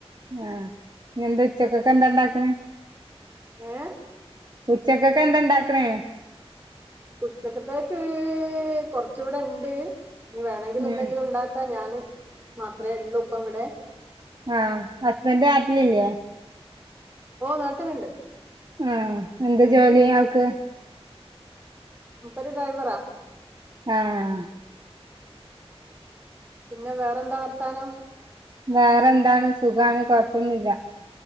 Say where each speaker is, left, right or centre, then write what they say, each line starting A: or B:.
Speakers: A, on the right; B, on the right.
A: ആഹ് ഇഞ് എന്ത ഉച്ചക്കൊക്കെ എന്താ ഇണ്ടാക്ക്ണ്
B: ഏഹ്
A: ഉച്ചക്കെക്ക് എന്താ ഇണ്ടാക്ക്ണേ
B: ഉച്ചക്കത്തേക്ക് കൊറ്ച്ച് ഇവടെ ഇണ്ട് ഇഞ്ഞ് വേണേങ്കില് എന്തെങ്കിലു
A: ഉം
B: ഇണ്ടാക്കാ ഞാന് മാത്രേ എള്ളൂ ഇപ്പ ഇവടെ
A: ആഹ് ഹസ്ബൻഡ് ആട്ടിലില്ലേ
B: ഓഹ് നാട്ടില്ണ്ട്
A: ആഹ് എന്ത് ജോലി അയാൾക്ക്
B: മുപ്പര് ഡ്രൈവറാ
A: ആഹ്
B: പിന്നെ വേറെന്താ വർത്താനം?
A: വേറെന്താണ് സുഖാണ് കൊഴപ്പൊന്നുല്ല